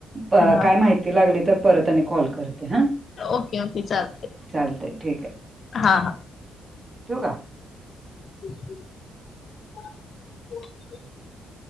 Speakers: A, on the right; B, on the left.
A: कायं
B: हा
A: माहिती लागली तरं परंत आणि कॉल करते हां
B: ओके ओके चालते.
A: चालते ठीक आहे.
B: हा हा
A: ठेऊ का?
B: ह